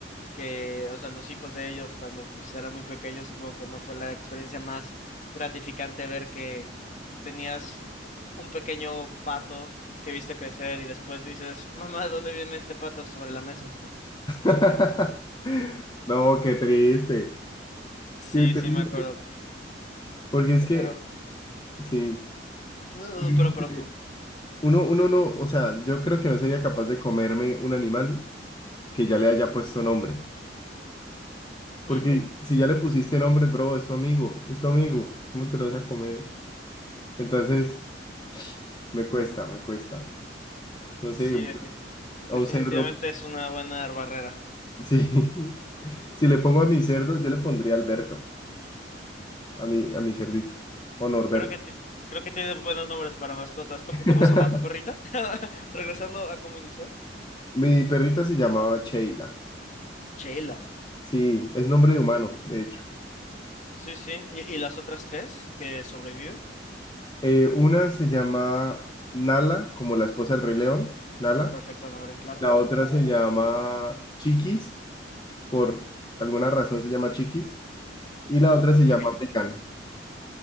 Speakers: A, on the left; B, on the left.
A: que, o sea, los hijos de ellos cuando pues eran muy pequeños, supongo que no fue la experiencia más gratificante ver que tenías un pequeño pato que viste crecer y después dices, mamá, ¿de dónde viene este pato sobre la mesa?
B: <laughs> No, qué triste,
A: Sí,
B: qué triste.
A: sí, me acuerdo,
B: Porque es que,
A: pero,
B: sí,
A: no,
B: porque uno,
A: pero, pero
B: se-
A: tú.
B: uno uno no, o sea, yo creo que no sería capaz de comerme un animal que ya le haya puesto nombre. Porque
A: ¿Mm?
B: si ya le pusiste nombre, bro, es tu amigo, es tu amigo, ¿cómo te lo vas a comer? Entonces, me cuesta, me cuesta. No sé,
A: Sí, defi- definitivamente
B: a un cerdo,
A: es una buena barrera.
B: sí, <laughs> si le pongo a mi cerdo, yo le pondría Alberto, a mi, a mi cerdito, o Norberto.
A: Creo que, ti- creo que tiene buenos nombres para mascotas. ¿Cómo,
B: <laughs>
A: cómo se llama tu perrita? <laughs> Regresando a cómo inició.
B: Mi perrita se llamaba Sheila,
A: Sheila.
B: sí, es nombre de humano, de hecho.
A: Sí, sí. ¿Y, y las otras tres que sobreviven?
B: Eh, una se llama Nala, como la esposa del Rey León, Nala.
A: Perfecto nombre, claro.
B: La otra se llama Chiquis, por alguna razón se llama Chiquis. Y la otra
A: Por
B: se
A: pequeño.
B: llama Megan.